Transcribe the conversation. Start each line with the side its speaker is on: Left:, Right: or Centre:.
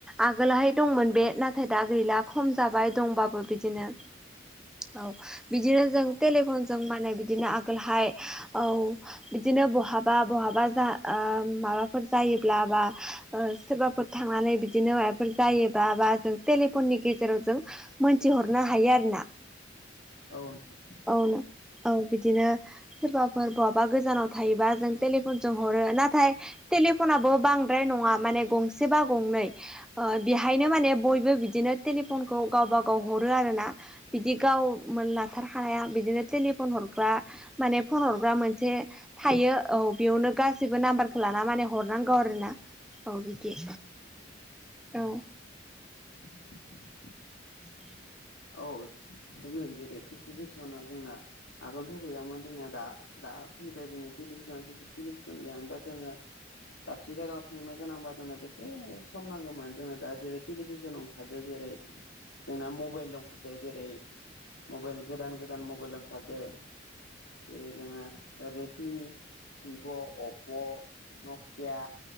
Centre: आगोलहाय दंमोन बे नाथाय दा गैला खम जाबाय दंबाबो बिदिनो औ बिदिनो जों टेलिफनजों माने बिदिनो आगोलहाय औ बिदिनो बहाब बा बहाबा जा ओ माबाफोर जायोब्ला बा ओ सोरबाफोर थांनानै बिदिनो माबाफोर जायोबा बा जों टेलिफननि गेजेराव जों मोनथिहरनो हायो आरोना
Left: औ नोंथां।
Centre: औनो औ बिदिनो सोरबाफोर बहाबा गोजानाव थायोबा जों टेलिफन जों हरो नाथाय टेलिफनाबो बांद्राय नङा माने गंसे बा गंनै ओ बेहायनो माने बयबो बिदिनो टेलिफनखौ गावब गाव हरो आरोना। बिदि गावमोन लाथारखाया बिदिनो टेलिफन हरग्रा माने फन हरग्रा मोनसे थायो। औ बेयावनो गासैबो नाम्बारखौ लाना माने हरनांगौ आरो ना औ बिदि। औ।
Left: <unintelligible>
Centre: <unintelligible>
Left: औ जोंनो जेरै लिभिसना जोंना आगोलथ' गैयामोन जोंनिया दा दा फैबाय जोङो टेलिभिसन जुदि टेलिभिसन गियानबा जोङो दाबसे जायगायाव थांनो गोनांबा जोंनो बेसे सम नांगौमोन जोंनो दा जेरै लिभिसनआव हादो जेरै जोंना मबाइलआव ओंखारदो जेरै मबाइल गोदान गोदान मबाइल ओंखारदो। जेरै जोङो रेडमि भिभ' अप' नकिया